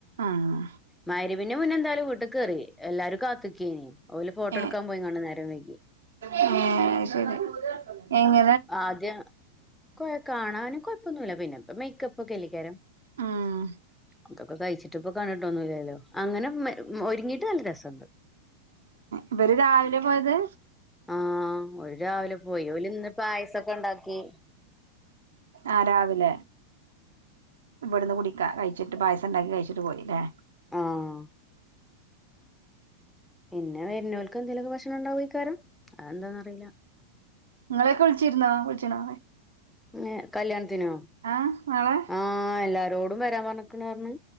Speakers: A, on the right; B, in the centre.
A: ആഹ്
B: മാരിബിന്റെ മുന്നെന്തായാലും വീട്ട്ക്കേറി എല്ലാരും കാത്ത്ക്കേനി ഓല് ഫോട്ടോടുക്കാൻ
A: ഏ
B: പോയിങ്ങാണ്ട് നേരം വൈകിയെ
A: ഏഹ് അയ് ശരി എങ്ങ
B: ആദ്യം കൊയ് കാണാന് കൊയപ്പൊന്നുല്ല പിന്നെപ്പൊ മേയ്ക്കപ്പൊക്കെല്ലേക്കാരം
A: ഉം
B: ഇതൊക്കെ കഴിച്ചിട്ട്പ്പ കണ്ട്ട്ടൊന്നുല്ലല്ലൊ അങ്ങനെ മേ ഒരുങ്ങീട്ട് നല്ല രസെണ്ട്
A: ഇബര് രാവിലെ പോയത്
B: ആഹ് ഓര് രാവിലെ പോയി ഓലിന്ന് പായസക്കെണ്ടാക്കി
A: ആഹ് രാവിലേ ഇവിടന്ന് കുടിക്ക കഴിച്ചിട്ട് പായസണ്ടാക്കി കഴിച്ചിട്ട് പോയില്ലേ
B: ആഹ് പിന്നേ വെരുനോൽക്കെന്തേലൊക്കെ ഭക്ഷണെണ്ടാവേക്കാരം അതെന്താന്നറിയില്ല
A: ഇങ്ങളെയൊക്കെ വിളിച്ചിരുന്നോ വിളിച്ചീണോ
B: നേ കല്യാണത്തിനോ
A: ആഹ് നാളെ
B: ആഹ് എല്ലാരോ ടുംവരാൻ പറഞ്ഞ്ക്കണേർന്ന്